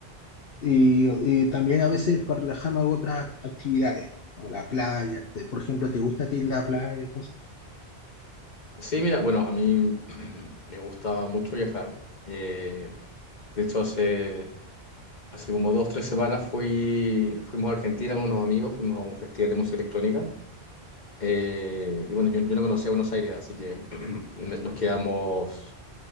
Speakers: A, on the left; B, on the left.
A: Y, y también a veces para relajarme hago otras actividades, como la playa. Te- Por ejemplo, ¿te gusta a ti la playa?
B: Sí, mira, bueno, a mí <clears throat> me gusta mucho viajar. Eh, de hecho, hace... Hace como dos, tres semanas fui, fuimos a Argentina con unos amigos, fuimos a un festival de música electrónica. Eh, y bueno, yo, yo no conocía Buenos Aires, así que <clears throat> me- nos quedamos